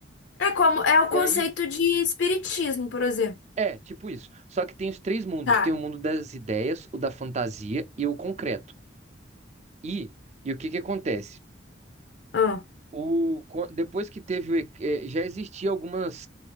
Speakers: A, on the left (about 70°); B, on the right (about 35°).
A: É como é o conceito
B: E aí,
A: de espiritismo, por exemplo.
B: é, tipo isso. Só que tem os três mundos:
A: Tá.
B: tem o mundo das ideias, o da fantasia e o concreto. E, e o que que acontece?
A: Ah,
B: O, co- depois que teve, o e- eh, já existiam algumas